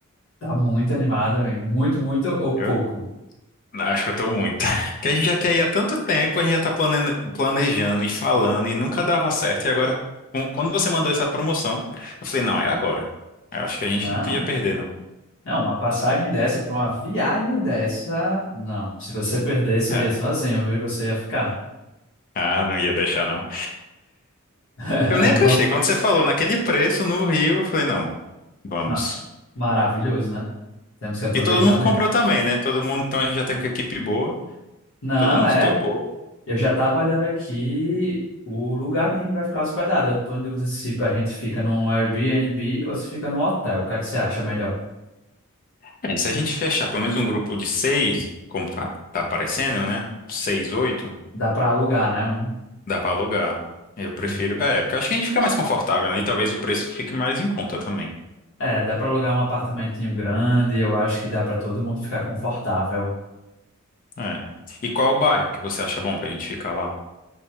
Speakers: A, on the left; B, on the left.
A: Tá muito animado, amigo. Muito, muito ou pouco?
B: Eu acho que eu tô muito. <laughs> Que a gente já quer ir há tanto tempo, a gente já tá plane- planejando e falando e nunca dava certo. E agora, com- quando você mandou essa promoção, eu falei, não, é agora. Eu acho que a gente
A: Não,
B: não podia perder, não.
A: não, uma passagem dessa para uma viagem dessa, não. Se você perdesse,
B: É.
A: eu ia sozinho, viu? Você ia ficar.
B: Ah, não ia deixar, não.
A: <laughs>
B: Eu nem acreditei.
A: Vamos.
B: Quando você falou naquele preço no Rio, eu falei, não, vamos.
A: Não, maravilhoso, né? Temos que aproveitar
B: E todo mundo
A: mesmo.
B: comprou também, né? Todo mundo, então a gente já tem com a equipe boa.
A: Não,
B: Todo mundo
A: é.
B: topou.
A: Eu já estava olhando aqui o lugar que a gente vai ficar hospedado. Eu tô em dúvida se a gente fica num Airbnb ou se fica num hotel. O que é que você acha melhor?
B: É, se a gente fechar pelo menos um grupo de seis, como tá, tá aparecendo, né? Seis, oito,
A: Dá para alugar, né? Um,
B: dá pra alugar. Eu prefiro.
A: um-
B: É, porque eu acho que a gente fica mais confortável, né? E talvez o preço fique mais em conta também.
A: É, dá para alugar um apartamentinho grande. Eu acho que dá para todo mundo ficar confortável.
B: É. E qual o bairro que você acha bom pra gente ficar lá?